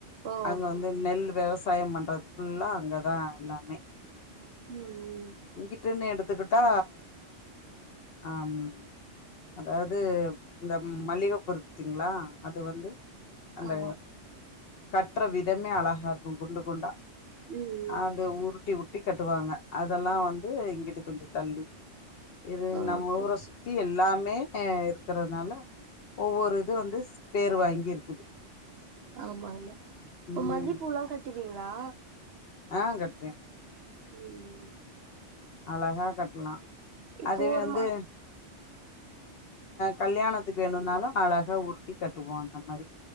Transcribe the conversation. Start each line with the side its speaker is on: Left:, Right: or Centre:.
Right: ஓ
Left: அங்க வந்து நெல் விவசாயம் பண்றது ஃபுல்லா அங்கதா எல்லாமே
Right: ம் ம்
Left: உங்கிட்டன்னு எடுத்துக்கிட்டா ஆம் அதாவது இந்த மல்லிகை பூ இருக்கு பாத்திங்களா அது வந்து அந்த
Right: ஆமா
Left: கட்டுற விதமே அழகா இருக்கு குண்டு குண்டா
Right: ம்
Left: அத உருட்டி ‌உருட்டி கட்டுவாங்க அதெல்லா வந்து கொஞ்ச தள்ளி இது
Right: ஆ
Left: நம்ம
Right: ஓகே
Left: ஊர சுத்தி எல்லாமே இருக் இருக்கறிதுனால ஒவ்வொரு இது வந்து பேர் வாங்கி இருக்குது
Right: ஆமாங்க இப்ப
Left: ம்
Right: மல்லிப்பூல்லாம் கட்டுவீங்களா
Left: ஆ கட்டுவேன்
Right: ம்
Left: அழகா கட்டலாம்
Right: இப்போ
Left: அதுவே
Right: ஒருமா
Left: வந்து கல்யாணத்துக்கு வேணும்னாலும் அழக உருட்டி கட்டுவோம் அந்த மாறி